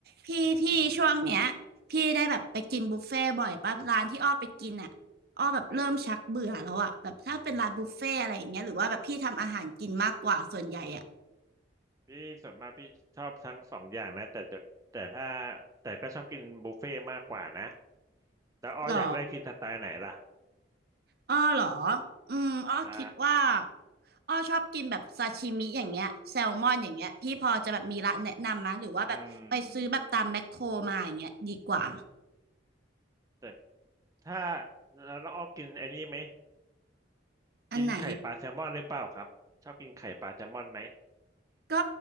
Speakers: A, on the right (about 55°); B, on the right (about 15°).
A: พี่พี่ช่วงเนี้ยพี่ได้แบบไปกินบุฟเฟ่บ่อยป่ะร้านที่อ้อไปกินอ่ะอ้อแบบเริ่มชักเบื่อแล้วอ่ะแบบถ้าเป็นร้านบุฟเฟ่อะไรอย่างเงี้ยหรือว่าแบบพี่ทำอาหารกินมากกว่าส่วนใหญ่อ่ะ
B: พี่ส่วนมากพี่ชอบทั้งสองอย่างนะแต่จะแต่ถ้าแต่ก็ชอบกินบุฟเฟ่ต์มากกว่านะแต่อ้ออยากได้กินสไตล์ไหนล่ะ
A: หรออ้อหรออืมอ้อคิดว่า
B: ใช่
A: อ้อชอบกินแบบซาชิมิอย่างเงี้ยแซลมอนอย่างเงี้ยพี่พอจะแบบมีร้านแนะนำมะหรือว่าแบบไปซื้อแบบตามแมคโครมาอย่างเงี้ยดีกว่า
B: อืมแต่ถ้าแล้วน้องอ้อกินไอ้นี่ไหม
A: อันไหน
B: กินไข่ปลาแซลมอนหรือเปล่าครับชอบกินไข่ปลาแซลมอนไหม
A: ก็